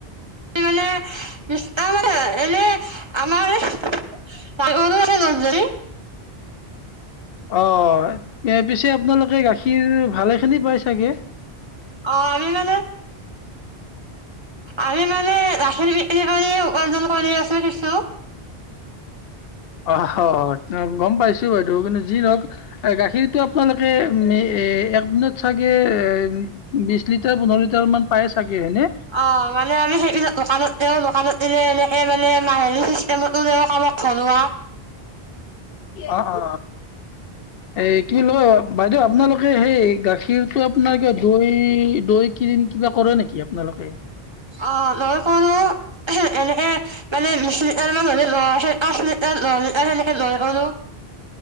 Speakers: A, on the right (about 30°); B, on the left (about 65°).
A: মানে বিছ তো এনে আমাৰ ডাঙ মানুহ আছে
B: অ ইয়াৰ আপোনালোকে গাখীৰ ভালে খিনি পাই চাগে
A: অ আমি মানে আমি মানে গাখীৰ বিক্ৰী কৰি উপাৰ্জন কৰি আছো কিছু
B: অ গম পাইছো বাইদেউ কিন্তু যি ধৰক গাখীৰতটো আপোনালোকে উ এ একদিনত চাগে এ বিশ লিটাৰ পোন্ধৰ লিটাৰ মান পায় চাগে হয়নে
A: অ মানে আমি সেইবিলাক দোকানত কামতলে এনেকে মানে মাহেলী চিষ্টেমতোও কামক ঘনা
B: অ অ এ কি লয় বাইদেউ আপোনালোকে সেই গাখীৰটো আপোনাৰ কিবা দৈ দৈ কিনম কিবা কৰে নেকি আপোননালোকে
A: অ' লৈ <unintelligible> এনে এ মানে, বিশ মিনিট মান হ'লে <unintelligible> <unintelligible> এনে হেৰি দোকানত